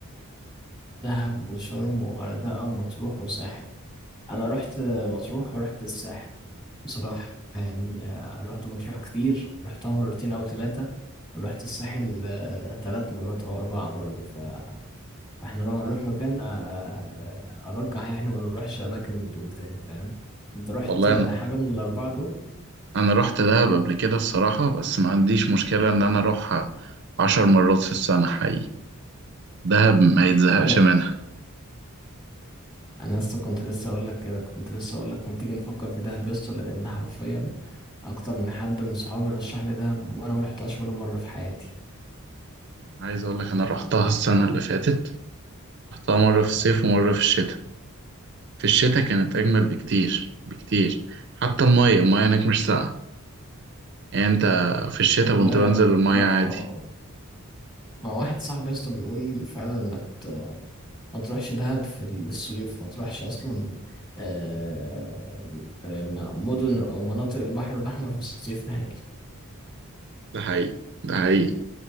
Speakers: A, on the left; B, on the right.
A: دهب وشرم وغردقه ومطروح وساحل انا رحت آه، مطروح ورحت الساحل بصراحة يعني آه، الواحد مطروح كتير رحتها مرتين أو ثلاثة ورحت الساحل آه، ثلاث مرات أو أربعة برضه ف... فإحنا لو هنروح مكان آه، آه، أرجح يعني ما نروحش أماكن من دول تاني فاهم أنت رحت
B: والله
A: آه،
B: انا
A: حاجة من الأربعة دول
B: انا رحت دهب قبل كده الصراحه بس ما عنديش مشكله ان انا اروحها عشر مرات في السنه حقيقي دهب ما يتزهقش
A: وأنا
B: منها
A: أنا لسه كنت لسه أقول لك كده كنت لسه أقول لك ما تيجي نفكر في دهب يسطا لأن حرفيا أكتر من حد من صحابي رشح لي دهب وأنا ما رحتهاش ولا مرة في حياتي
B: عايز اقول لك انا رحتها السنه اللي فاتت رحتها مره في الصيف ومره في الشتاء في الشتاء كانت اجمل بكتير بكتير حتى الميه الميه هناك مش ساقعه يعني انت في الشتاء
A: المية
B: كنت بنزل الميه
A: ما
B: عادي
A: ما ما واحد صاحبي يسطا بيقول لي فعلا ما ت... ما تروحش دهب في الصيف ما تروحش اصلا آه، آه، م- مدن او مناطق البحر الاحمر في الصيف نهائي
B: ده حقيقي ده حقيقي